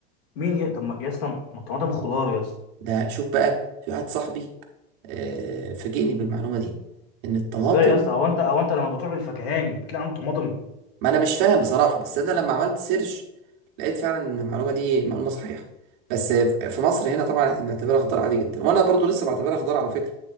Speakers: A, on the left; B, on the right.
A: مين ي... طب ما- يا اسطى ما الطماطم خضار يا اسطى
B: ده شوف بقى في واحد صاحبي آه فاجئني بالمعلومة دي ان الطماطم
A: ازاي يا اسطى هو انت هو انت لما بتروح للفكهاني بتلاقي عنده طماطم
B: ما انا مش فاهم بصراحة بس انا لما عملت سيرش لقيت فعلا ان المعلومة دي معلومة صحيحة بس في مصر هنا طبعا احنا بنعتبرها خضار عادي جدا وانا برضو لسه بعتبرها خضار على فكرة